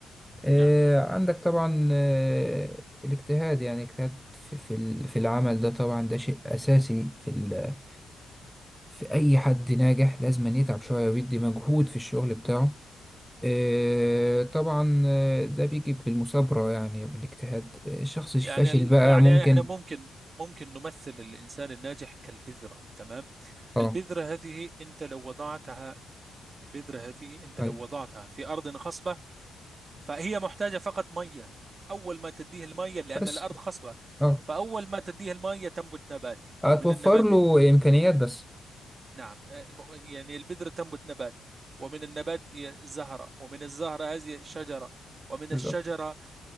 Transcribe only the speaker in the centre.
إيه،
عندك طبعا إيه، الاجتهاد يعني اجتهاد في في ال- في العمل ده طبعا ده شيء أساسي في ال- في أي حد ناجح لازم أن يتعب شوية ويدي مجهود في الشغل بتاعه إيه، طبعا إيه، ده بيجي بالمثابرة يعني والاجتهاد إيه، الشخص الفاشل
بقى
ممكن
اه
طيب
بس
اه
هتوفر
له إمكانيات بس
بالظبط